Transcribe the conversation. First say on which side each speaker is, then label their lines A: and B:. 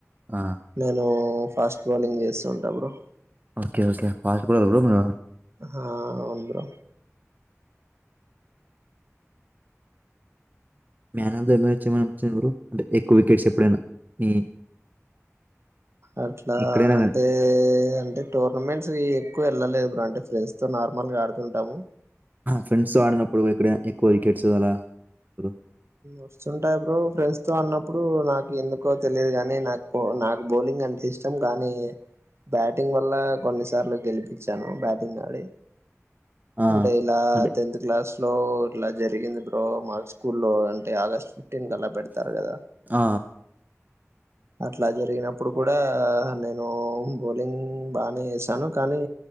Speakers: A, on the right; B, on the right.
A: ఆ
B: నేనూ ఫాస్ట్ బౌలింగ్ చేస్తుంటా bro
A: okay okay fast bowler bro మీరు
B: హా అవును bro
A: man of the match ఏమైనానిపించింద బ్రో అంటే ఎక్కువ వికెట్స్ ఎప్పుడైనా మీ
B: అట్లా
A: ఎక్కడైనా
B: అంటే
A: కానీ
B: అంటే టోర్నమెంట్స్వి ఎక్కువ వెళ్ళలేదు. అంటే ఫ్రెండ్స్ తో నార్మల్ గా ఆడుతుంటాము.
A: ఫ్రెండ్స్ తో ఆడినప్పుడు ఎక్కడయినా ఎక్కువ వికెట్స్ అలా బ్రో
B: వస్తుంటాయి బ్రో ఫ్రెండ్స్ తో ఆడినం. ఇప్పుడు నాకెందుకో తెలీదు గానీ నాకు నాక్ బౌలింగ్ అంటే ఇష్టం కానీ బ్యాటింగ్ వల్ల కొన్నిసార్లు గెలిపిచాను బ్యాటింగ్ ఆడి
A: ఆ
B: అంటే ఇలా
A: అంటే
B: టెన్త్ క్లాస్లో ఇలా జరిగింది బ్రో మార్చ్ లో అంటే ఆగస్ట్ ఫిఫ్టీన్త్ అలా పెడ్తార్ గదా
A: ఆ!
B: అట్లా జరిగినప్పుడు కూడా నేను బౌలింగ్ బానే ఎసాను కానీ